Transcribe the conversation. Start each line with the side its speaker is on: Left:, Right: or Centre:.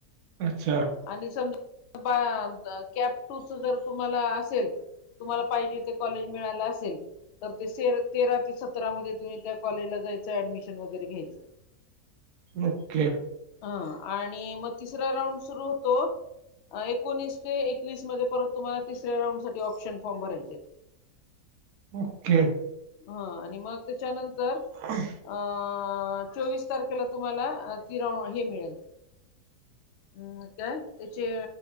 Right: अच्छा.
Left: आणि समजा <unintelligible> कॅप टूच जर तुम्हाला असेल. तुम्हाला पाहिजे ते कॉलेज मिळाल असेल. तर ते तेरा ते सतरामध्ये तुम्ही त्या कॉलेजला जायचं ऍडमिशन वगैरे घ्यायचं.
Right: ओके.
Left: हं. आणि मग तिसरा राऊंड सुरू होतो- अं. एकोणीस ते एकवीस मध्ये परत. तुम्हाला तिसऱ्या राऊंसाठी ऑप्शन फॉर्म भरायचेत.
Right: ओके.
Left: हं. आणि मग त्याच्यानंतर-
Right: ह.
Left: अ- चोवीस तारखेला तुम्हाला तिराव हे मिळेल. अम् काय त्याचे